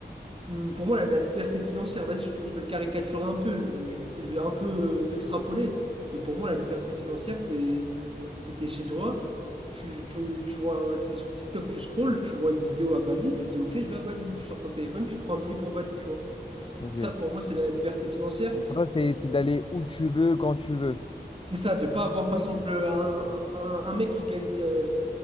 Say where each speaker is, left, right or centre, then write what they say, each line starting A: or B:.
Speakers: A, on the right (about 30°); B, on the left (about 30°).
A: Hum, Pour moi, la, la liberté financière, vas-y, je te, je te le caricaturerai un peu, je, je- je vais un peu euh, extrapoler, mais pour moi, la liberté financière, c'est c'est t'es chez toi, tu, tu, tu vois, un- t'es sur TikTok, tu scrolles, tu vois une vidéo à Bali, tu dis, ok, je vais à Bali, tu sors ton téléphone, tu prends un billet pour Bali, tu vois.
B: Ok.
A: Ça, pour moi, c'est la liberté financière.
B: Donc, Pour toi, c'est c'est d'aller où tu veux, quand tu veux.
A: C'est ça, de pas avoir par exemple un, un- un mec qui gagne euh,